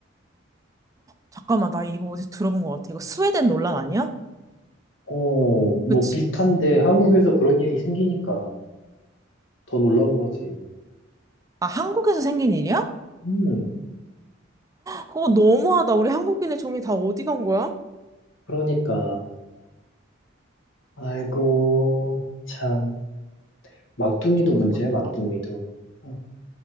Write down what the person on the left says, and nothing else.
어, 뭐
비슷한데 한국에서 그런 일이 생기니까 더 놀라운 거지.
음,
그러니까. 아이고, 참. 막둥이도
문제야,
막둥이도. 어,